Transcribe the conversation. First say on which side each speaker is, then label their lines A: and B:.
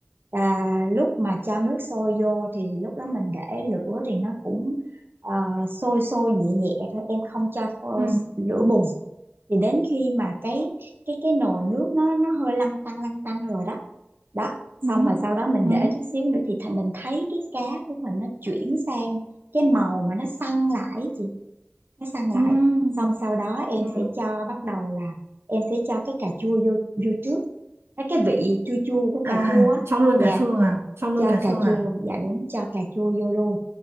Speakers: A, on the right; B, on the right.
A: Và lúc mà cho nước sôi vô thì lúc đó mình để lửa thì nó cũng ờ, sôi sôi nhẹ nhẹ thôi. Em không cho tho-
B: ừ
A: lửa bùng. Thì đến khi mà cái cái cái nồi nước nó nó hơi lăn tăn lăn tăn rồi đó. Đó, xong
B: ừ
A: rồi sau đó mình
B: ừ
A: để chút xíu nữa thì thành mình thấy cái cá của mình nó chuyển sang cái màu mà nó săn lại ấy chị, nó săn lại.
B: ừ
A: Xong sau đó em
B: ừ
A: sẽ cho bắt đầu là em sẽ cho cái cà chua vô vô trước cái cái vị chua chua của cà
B: à
A: chua á.
B: cho luôn
A: Dạ,
B: cà chua vào cho luôn
A: cho
B: cà chua
A: cà chua,
B: vào
A: dạ đúng cho cà chua vô luôn.